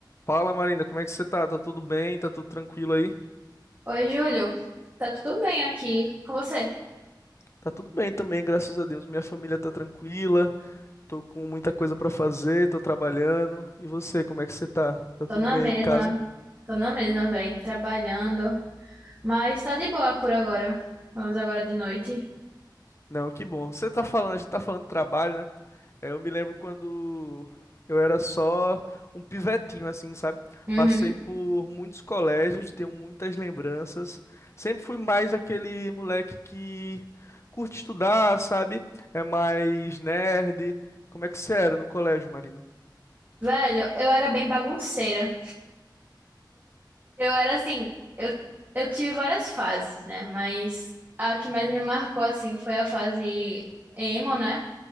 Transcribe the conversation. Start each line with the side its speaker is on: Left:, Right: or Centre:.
Left: Fala, Marina, como é que você tá? Tá tudo bem? Tá tudo tranquilo aí?
Right: Oi, Júlio. Tá tudo bem aqui com você?
Left: Tá tudo bem também, graças a Deus. Minha família tá tranquila, tô com muita coisa pra fazer, tô trabalhando. E você, como é que você tá? Tá
Right: Tô
Left: tudo
Right: na
Left: bem
Right: mesma,
Left: aí em casa?
Right: tô na mesma, velho, trabalhando, mas tá de boa por agora. Vamos agora de noite.
Left: Não, que bom. Você tá falando, a gente tá falando de trabalho, né? É, Eu me lembro quando eu era só um pivetinho, assim, sabe?
Right: Uhum.
Left: Passei por muitos colégios, tenho muitas lembranças. Sempre fui mais aquele moleque que curte estudar, sabe? É mais nerd. Como é que você era no colégio, Marina?
Right: Velho, eu era bem bagunceira. Eu era assim, eu, eu tive várias fases, né? Mas a que mais me marcou, assim, foi a fase emo, né?